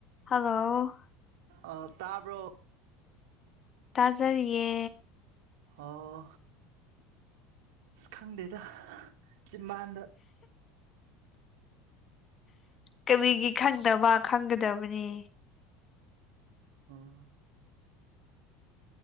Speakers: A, on the left; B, on the right.
A: ꯍꯜꯂꯣ
B: ꯑ ꯇꯥꯕ꯭ꯔꯣ
A: ꯇꯥꯖꯔꯤꯌꯦ
B: ꯑꯣ ꯑꯁ ꯈꯪꯗꯦꯗ ꯆꯤꯕꯥꯥꯟꯗ
A: ꯀꯕꯤꯒꯤ ꯈꯪꯗꯕ ꯈꯪꯒꯗꯕꯅꯤ
B: ꯑ